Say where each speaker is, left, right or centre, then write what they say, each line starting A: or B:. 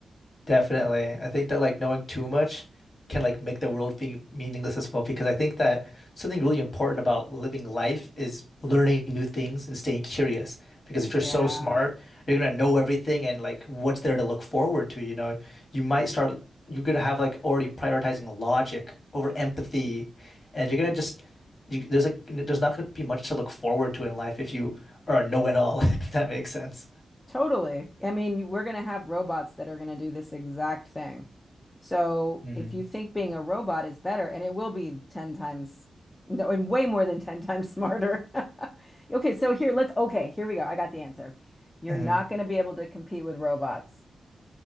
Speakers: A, on the left (about 45°); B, on the left (about 20°).
A: Definitely. I think that like knowing too much can like make the world feel meaningless as well because I think that something really important about living life is learning new things and staying curious. Because if you're
B: Yeah.
A: so smart, you're gonna know everything and like what's there to look forward to, you know. You might start you're gonna have like already prioritizing logic over empathy and you're gonna just you, there's like there's not gonna be much to look forward to in life if you are a know-it-all, <laughs> if that makes sense.
B: Totally. I mean, we're gonna have robots that are gonna do this exact thing. So
A: hmm
B: if you think being a robot is better, and it will be 10 times, no, and way more than 10 times smarter. <laughs> Okay, so here, let's, okay, here we go. I got the answer. You're
A: hmm
B: not gonna be able to compete with robots.